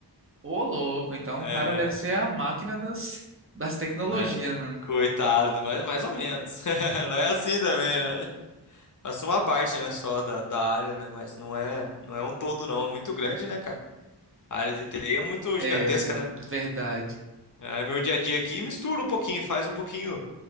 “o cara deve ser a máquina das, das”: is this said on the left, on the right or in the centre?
Right